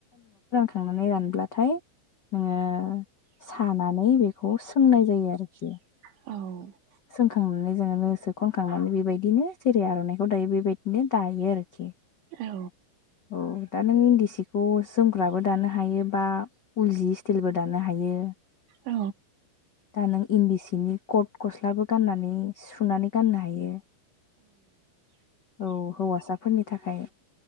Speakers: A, on the left; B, on the right.
A: थांनानै रानब्लाथाय नोङो सानानै बेखौ सोंनाय जायो आरोखि
B: औ
A: सोंखांनानै जोङो नोसो खनखांनानै बेबायदिनो जेरै आर'नाइखौ दायो बेबायदिनो दायो आरोखि।
B: औ।
A: औ दा नों इन्दि सिखौ जोमग्राबो दानो हायो बा उल जि स्टिलबो दानो हायो।
B: औ।
A: दा नों इन्दि सिनि कट गस्लाबो गाननानै सुनानै गान्नो हायो। औ हौवासाफोरनि थाखाय।